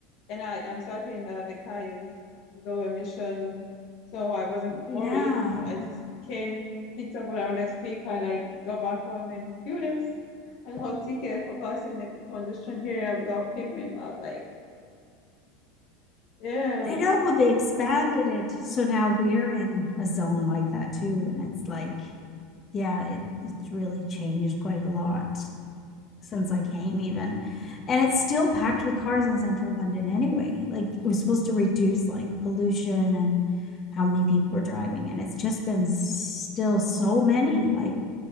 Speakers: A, on the left; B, on the left.
A: and I am certain that the car is low emission, so I wasn't worried.
B: Yeah.
A: So I just came, picked up what I wanted to pick, and I got back home and do this. I got ticket for passing the congestion area without payment. I was like, yeah,
B: I know they expanded it. So now we're in a zone like that too. And it's like, yeah, it it's really changed quite a lot since I came even. And it's still packed with cars in central London anyway. Like it was supposed to reduce like pollution and how many people were driving. And it's just been still so many. Like